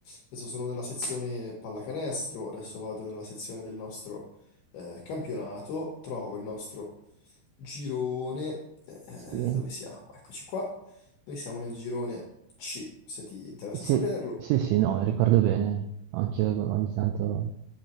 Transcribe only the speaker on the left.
Adesso sono nella sezione pallacanestro, adesso vado nella sezione del nostro eh, campionato, trovo il nostro girone. eh,
dove siamo? Eccoci qua. Noi siamo nel girone C, se ti interessa
saperlo.